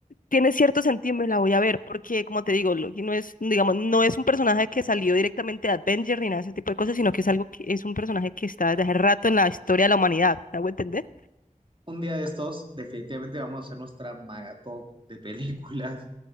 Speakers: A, on the left; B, on the right.
A: tiene cierto sentido, me la voy a ver, porque como te digo, Loki no es, digamos, no es un personaje que salió directamente de Avengers ni nada de ese tipo de cosas, sino que es algo que es un personaje que está desde hace rato en la historia de la humanidad, ¿me hago entender?
B: Un día de estos, definitivamente vamos a hacer nuestra maratón de películas